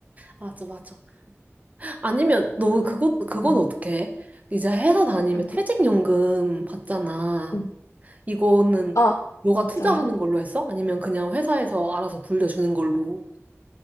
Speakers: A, on the right; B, on the left.
A: 맞아, 맞아. 아니면 너
B: 아,
A: 그것 그건
B: 응,
A: 어떻게 해? 이제 회사 다니면
B: 어떤가?
A: 퇴직연금 받잖아.
B: 응.
A: 이거는
B: 아,
A: 너가
B: 맞아.
A: 투자하는 걸로 했어? 아니면 그냥 회사에서 알아서 불려주는 걸로?